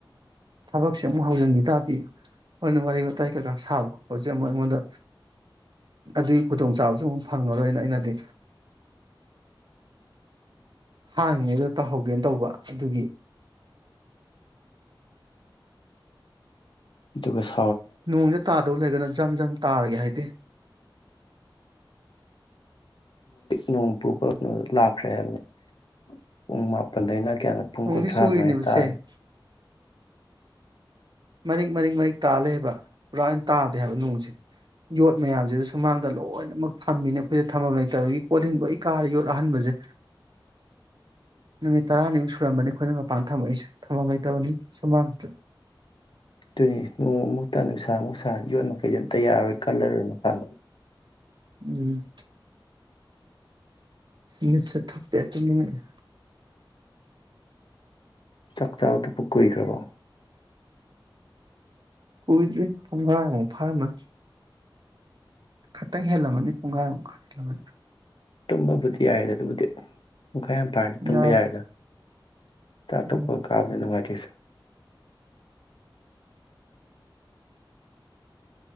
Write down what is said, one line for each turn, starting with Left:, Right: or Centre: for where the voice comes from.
Right: ꯊꯕꯛꯁꯦ ꯑꯃꯨꯛ ꯍꯧꯖꯤꯟꯈꯤ ꯇꯥꯔꯗꯤ ꯍꯣꯔꯅ ꯋꯥꯔꯤ ꯋꯥꯇꯥꯏ ꯀꯩꯀꯥ ꯁꯥꯕ ꯈꯣꯠꯄꯁꯦ ꯑꯃꯨꯛ ꯑꯩꯉꯣꯟꯗ ꯑꯗꯨꯒꯤ ꯈꯨꯗꯣꯡꯆꯥꯥꯕꯁꯨ ꯑꯃꯨꯛ ꯐꯪꯉꯔꯣꯏꯅ ꯑꯩꯅꯗꯤ ꯍꯥꯡꯉꯤꯉꯩꯗ ꯇꯧꯍꯧꯒꯦꯅ ꯇꯧꯕ ꯑꯗꯨꯒꯤ
Left: ꯑꯗꯨꯒꯒꯁ
Right: ꯅꯣꯡꯁ ꯇꯥꯗꯧ ꯂꯩꯔꯒꯅ ꯖꯝ ꯖꯝ ꯇꯥꯔꯒꯦ ꯍꯥꯏꯗꯤꯦ
Left: ꯅꯣꯡ ꯄꯨꯕꯩꯅ ꯂꯥꯛꯈ꯭ꯔꯦ ꯍꯥꯏꯕꯅꯤ ꯄꯨꯡ ꯃꯥꯄꯜꯗꯩꯅ ꯀꯌꯥꯅ ꯄꯨꯡ
Right: ꯅꯣꯡꯗꯤ
Left: ꯀꯨꯟꯊ꯭ꯔꯥ
Right: ꯆꯨꯔꯤꯅꯦꯕꯁꯦ
Left: ꯑꯗꯨꯃꯥꯏꯅ ꯇꯥꯔꯦ
Right: ꯃꯔꯤꯛ ꯃꯔꯤꯛ ꯃꯔꯤꯛ ꯇꯥꯜꯂꯦꯕ ꯄꯨꯔꯥꯅ ꯇꯥꯗꯦ ꯍꯥꯏꯕ ꯅꯣꯡꯁꯦ ꯌꯣꯠ ꯃꯌꯥꯝꯁꯤꯗ ꯁꯨꯃꯥꯡꯗ ꯂꯣꯏꯅꯃꯛ ꯊꯝꯃꯤꯅ ꯑꯩꯈꯣꯏꯗ ꯊꯝꯃꯝ ꯂꯩꯇꯕꯒꯤ ꯀꯣꯜꯍꯟ ꯂꯣꯏ ꯀꯥꯔꯦ ꯌꯣꯠ ꯑꯍꯟꯕꯁꯦ ꯅꯨꯃꯤꯠ ꯇꯔꯥꯅꯤꯃꯨꯛ ꯁꯨꯔꯝꯕꯅꯤ ꯑꯩꯈꯣꯏꯅ ꯃꯄꯥꯟꯗ ꯊꯝꯃꯛꯏꯁꯦ ꯊꯝꯃꯝ ꯂꯩꯇꯕꯅꯤ ꯁꯨꯃꯥꯡꯁꯤꯗ
Left: ꯑꯗꯨꯅꯤ ꯅꯣꯃꯨꯛꯇ ꯅ ꯁꯃꯨ ꯁ ꯌꯣꯠ ꯃꯈꯩꯗꯤ ꯑꯝꯇ ꯌꯥꯔꯣꯏ ꯇꯂꯒꯅ ꯊꯥꯟ
Right: ꯎꯝ ꯃꯤꯠꯁꯦ ꯊꯣꯛꯇꯦ ꯇꯨꯝꯅꯤꯡꯉꯛ
Left: ꯆꯥꯛꯆꯥ ꯇꯣꯞꯄꯛ ꯀꯨꯏꯈ꯭ꯔꯕ
Right: ꯀꯨꯏꯗ꯭ꯔꯤ ꯄꯨꯡꯈꯥꯏꯃꯨꯛ ꯐꯥꯔꯝꯃꯦ ꯈꯛꯇꯪ ꯍꯦꯜꯂꯕꯅꯤ ꯄꯨꯡꯈꯥꯏꯃꯨꯛ ꯈꯔ ꯍꯦꯜꯂꯕꯅꯤ
Left: ꯇꯨꯝꯃꯕꯨꯗꯤ ꯌꯥꯏꯔꯦ ꯑꯗꯨꯕꯨꯗꯤ ꯄꯨꯡꯈꯥ ꯌꯥꯝ ꯄꯥꯔꯗꯤ ꯇꯨꯝꯕ
Right: ꯌꯥꯔꯦ
Left: ꯌꯥꯔꯦꯗ ꯆꯥꯇ
Right: ꯎꯝ
Left: ꯀꯣꯏ ꯀꯥꯕ ꯅꯅꯨꯡꯉꯥꯏꯇꯁ